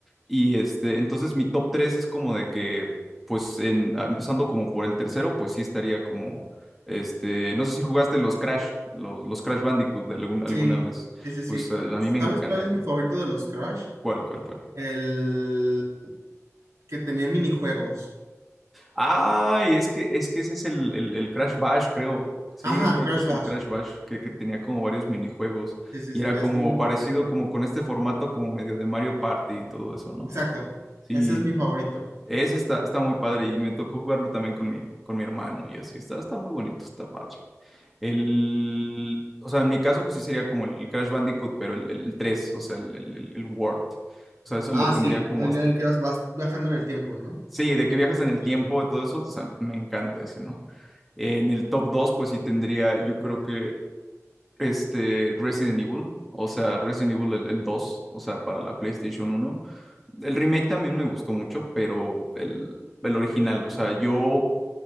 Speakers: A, in the centre; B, on the right (about 70°).
A: Y este, entonces mi top 3 es como de que, pues, en, ah, empezando como por el tercero, pues sí estaría como, este, no sé si jugaste los Crash, los, los Crash Bandicoot de algún- alguna
B: Sí,
A: vez,
B: sí, sí, sí.
A: pues eh, a
B: ¿Sabes
A: mí me encantan.
B: cuál es mi favorito de los Crash?
A: ¿Cuál, cuál, cuál?
B: El que tenía minijuegos.
A: Ay, es que, es que ese es el, el, el Crash Bash, creo. Sí,
B: Ajá,
A: creo
B: Crash
A: que es
B: Bash.
A: el Crash Bash, que, que tenía como varios minijuegos
B: Sí, sí,
A: y
B: sí,
A: era
B: ese
A: como
B: es mi favorito.
A: parecido como con este formato como medio de Mario Party y todo eso, ¿no?
B: Exacto.
A: Sí,
B: Ese es mi favorito.
A: ese está, está muy padre y me tocó jugarlo también con mi, con mi hermano y así, está, está muy bonito, está padre. El, o sea, en mi caso pues sí sería como el, el Crash Bandicoot, pero el, el 3, o sea, el, el, el el World. O sea, eso
B: Ah,
A: lo tendría
B: sí,
A: como
B: el
A: hasta...
B: que el que vas, vas viajando en el tiempo, ¿no?
A: Sí, de que viajas en el
B: Sí,
A: tiempo y todo eso, o sea, me encanta ese, ¿no? En el top 2, pues sí tendría, yo creo que este Resident Evil, o sea, Resident Evil el, el 2, o sea, para la PlayStation uno. El remake también me gustó mucho, pero el, el original, o sea, yo